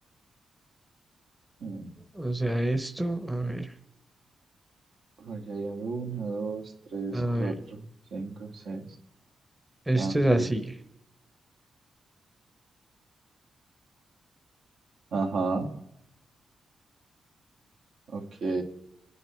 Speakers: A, on the right; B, in the centre.
A: Mm,
B: O sea, esto, a ver,
A: porque ahí hay una, dos, tres,
B: a ver,
A: cuatro, cinco, seis.
B: esto
A: Ah, Ok.
B: es así.
A: Ajá. Ok.